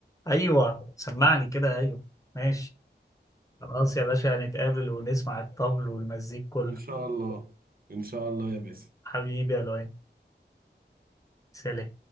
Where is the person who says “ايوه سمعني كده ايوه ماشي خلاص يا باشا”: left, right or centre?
Left